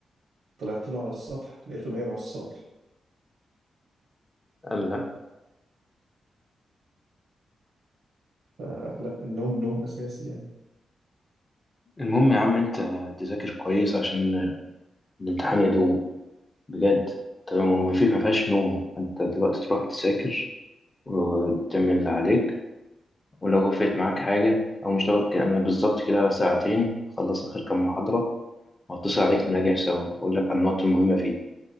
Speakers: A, on the right; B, on the left.
A: طلعت له على السطح لقيته نايم على السطح
B: قال لا
A: فلا النوم نوم اساسي يعني
B: المهم يا عم أنت تذاكر كويس عشان الامتحان يدوب بجد طب ما في ما فيهاش نوم انت دلوقتي تروح تذاكر وتعمل اللي عليك ولو وقفت معاك حاجة أو مش لو يعني بالظبط كده ساعتين أخلص آخر كام محاضرة وأتصل عليك نراجع سوا وأقول لك على النقط المهمة فيها